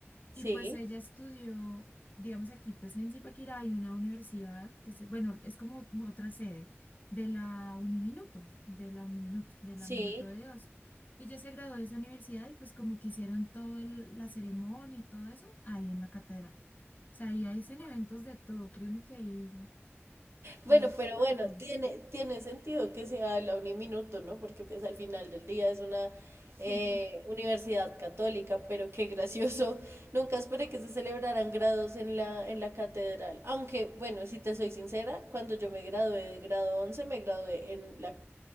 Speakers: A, on the left (about 40°); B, on the right (about 70°).
A: y
B: Sí,
A: pues ella estudió, digamos aquí, pues en Zipaquirá hay una universidad que se, bueno, es como otra sede de la Uniminuto, de la Uniminuto, de
B: sí.
A: la Minuto de Dios. y Ella se graduó de esa universidad y pues como que hicieron toda la ceremonia y todo eso ahí en la catedral. O sea, ahí hacen eventos de todo, créeme que ahí, ahí
B: Bueno,
A: está
B: pero
A: para
B: bueno,
A: todo.
B: tiene, tiene sentido que sea la Uniminuto, ¿no? Porque pues al final del día es una
A: <laughs>
B: eh, universidad católica, pero qué gracioso. <laughs> Nunca esperé que se celebraran grados en la, en la catedral. Aunque, bueno, si te soy sincera, cuando yo me gradué de grado 11, me gradué en la